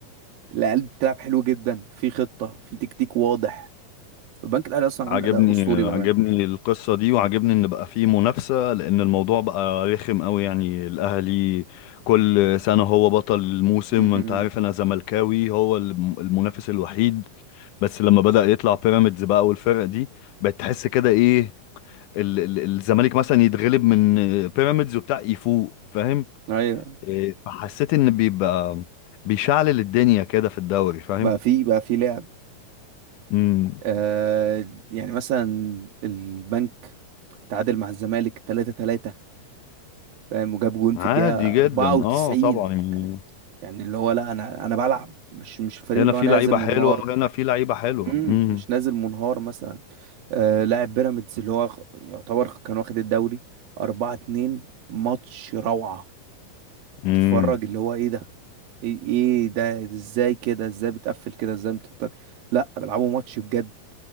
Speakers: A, on the right; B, on the left.
A: العيال بتلعب حلو جدا في خطة في تكتيك واضح البنك الأهلي أصلا
B: عجبني
A: عامل أداء أسطوري
B: عجبني
A: بأمانة
B: القصة دي وعجبني ان بقى فيه منافسة لان الموضوع بقى رخم قوي يعني الاهلي كل سنة هو بطل الموسم
A: أمم.
B: وانت عارف انا زملكاوي هو الم- المنافس الوحيد بس لما بدأ يطلع بيراميدز بقى والفرق دي بقت تحس كده ايه ال- ال- الزمالك مثلا يتغلب من بيراميدز وبتاع يفوق فاهم
A: أيوه
B: إيه، فحسيت ان بيبقى بيشعلل الدنيا كده في الدوري فاهم
A: بقى في بقى في لعب
B: امم
A: آه يعني مثلا البنك اتعادل مع الزمالك 3 3 فاهم وجاب جون
B: عادي
A: في الدقيقة
B: جدا
A: 94
B: اه طبعا يعني
A: يعني يعني اللي هو لا أنا أنا بلعب مش مش فريق
B: هنا
A: اللي
B: في
A: هو نازل
B: لعيبة
A: منهار
B: حلوة وهنا في لعيبة حلوة
A: امم
B: امم
A: مش نازل منهار مثلا آه لاعب بيراميدز اللي هو خ- يعتبر كان واخد الدوري 4 2 ماتش روعة
B: امم
A: تتفرج اللي هو ايه ده ايه إيه ده ازاي كده ازاي بتقفل كده ازاي بتنطر لا بيلعبوا ماتش بجد